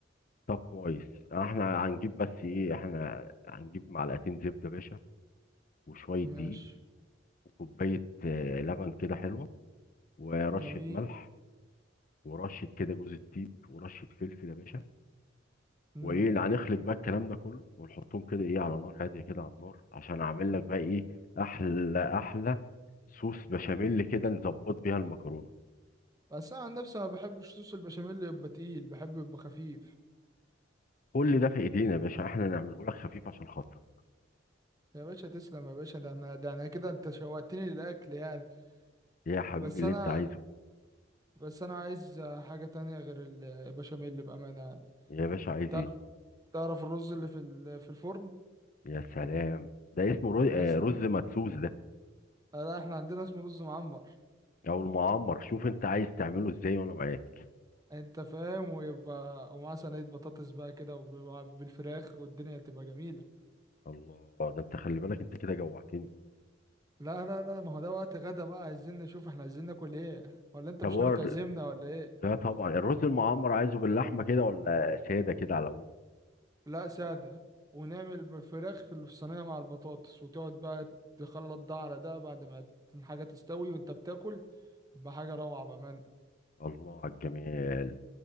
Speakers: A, on the left (about 45°); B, on the right (about 20°).
A: طب كويس احنا هنجيب بس ايه احنا هنجيب معلقتين زبدة يا باشا وشوية دقيق
B: ماشي
A: وكوباية آه، لبن كده حلوة ورشة
B: جميل
A: ملح ورشة كده جوز الطيب ورشة فلفل يا باشا
B: امم
A: وايه اللي هنخلط بقى الكلام ده كله ونحطهم كده ايه على نار هادية كده على النار عشان اعمل لك بقى ايه احلى احلى صوص بشاميل كده نظبط بيها المكرونة
B: بس انا عن نفسي ما بحبش صوص البشاميل يبقى تقيل بحبه يبقى خفيف
A: كل ده في ايدينا يا باشا احنا نعمله لك خفيف عشان خاطرك
B: يا باشا تسلم يا باشا ده انا ده انا كده انت شوقتني للاكل يعني
A: يا حبيبي
B: بس
A: اللي
B: انا
A: انت عايزه
B: بس انا عايز حاجه تانية غير البشاميل بامانه يعني
A: يا باشا عايز
B: تعرف
A: ايه
B: تعرف الرز اللي في ال- في الفرن
A: يا سلام ده اسمه رز,
B: مثلا
A: آه، رز مدسوس ده
B: لا احنا عندنا اسمه رز معمر
A: او المعمر شوف انت عايز تعمله ازاي وانا معاك
B: انت فاهم ويبقى ومعاه صينيه بطاطس بقى كده وبالفراخ والدنيا تبقى جميله
A: الله ده انت خلي بالك انت كده جوعتني
B: لا لا لا ما هو ده وقت غدا بقى عايزين نشوف احنا عايزين ناكل ايه ولا انت
A: طب
B: مش
A: هو
B: ناوي تعزمنا
A: ال-
B: ولا ايه
A: لا طبعا الرز المعمر عايزه باللحمه كده ولا ساده كده على ابوه
B: لا سادة ونعمل فراخ في الصينية مع البطاطس وتقعد بقى تخلط ده على ده بعد ما الحاجة تستوي وانت بتاكل بحاجة روعة بأمان
A: الله على الجمال